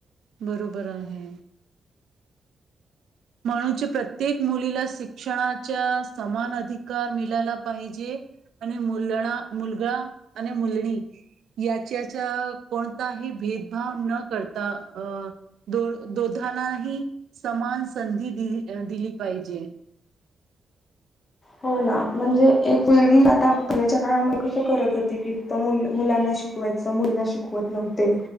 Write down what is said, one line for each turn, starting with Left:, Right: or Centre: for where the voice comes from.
Right: बरोबर आहे. म्हणुच प्रत्येक मुलीला शिक्षणाचा समान अधिकार मिळाला पाहिजे आणि मुलणा मुलगा आणि मुलणी याच्याचा कोणताही भेदभाव न करता अं दो दोधांनाही समान संधी दि अ दिली पाहिजे.
Left: हो ना म्हणजे एक मुली आता पुण्याच्या काळामध्ये कसं करत होती की मु मुलांना शिकवायचं मुलींना शिकवत नव्हते